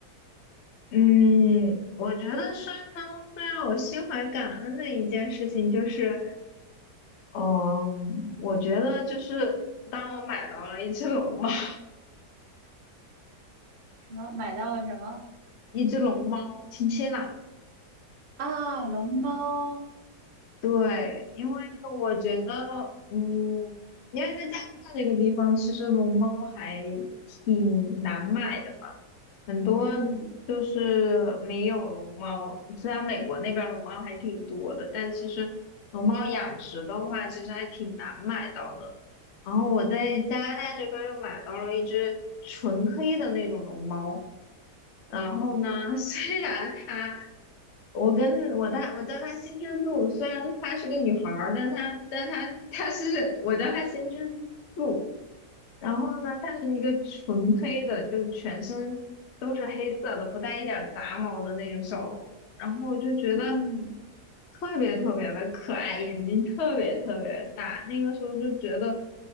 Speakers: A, on the left; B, on the right.
A: 嗯，我觉得是能最让我心怀感恩的一件事情就是，嗯，我觉得就是当我买到了一只龙猫，<laughs>
B: 什么买到了什么
A: 一只龙猫，亲亲啦。
B: 啊？龙猫，
A: 对，因为我觉得，嗯，因为在加拿大这个地方，其实龙猫还挺难买的嘛，很多
B: 嗯
A: 就是没有龙猫。虽然美国那边儿龙猫还挺多的，但其实龙猫养殖的话，其实还挺难买到的。然后我在加拿大这边儿又买到了一只纯黑的那种龙猫，然后呢，<laughs> 虽然它。我跟我大我叫她新之助，虽然她是个女孩儿，但她但她她是我叫她新之助。然后呢，她是一个纯黑的，就是全身都是黑色的，不带一点儿杂毛的那种小龙。然后我就觉得
B: 嗯
A: 特别特别的可爱，眼睛特别特别大。那个时候就觉得，